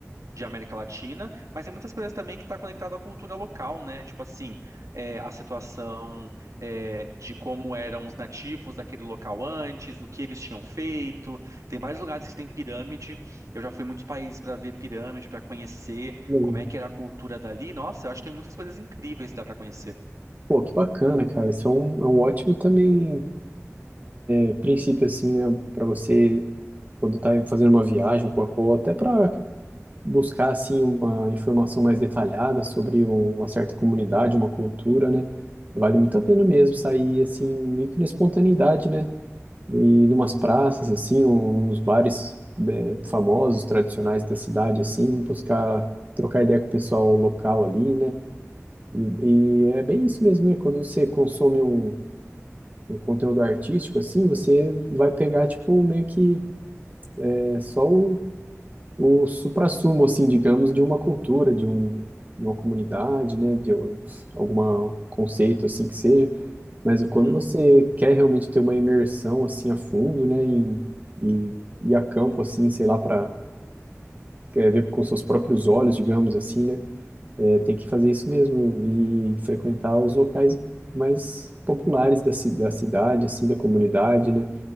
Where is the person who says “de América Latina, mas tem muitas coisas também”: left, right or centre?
Right